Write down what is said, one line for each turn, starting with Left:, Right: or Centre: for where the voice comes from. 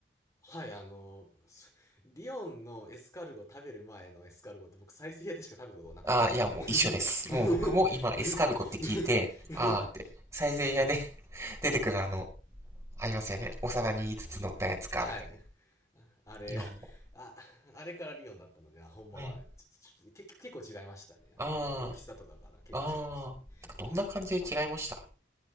Left: はい、あの、すリヨンのエスカルゴ食べる前のエスカルゴって僕、サイゼリヤでしか食べたことがなくて。
Right: あー、いや、もう一緒です。
Left: <laughs>
Right: もう僕も今エスカルゴって聞いて、あーって、サイゼリヤで <laughs> 出てくるあの、ありますよね。お皿に5つつ乗ったやつか、
Left: はい。
Right: みたいな。
Left: あれ、
Right: 今も
Left: あ、あれからリヨンだったので、あ、本場は、
Right: う。ね。
Left: ちちち結構結構違いましたね。
Right: あー、
Left: あの、大きさとかから結構違いましたね。
Right: あー、なんかどんな感じで違いました
Left: あ、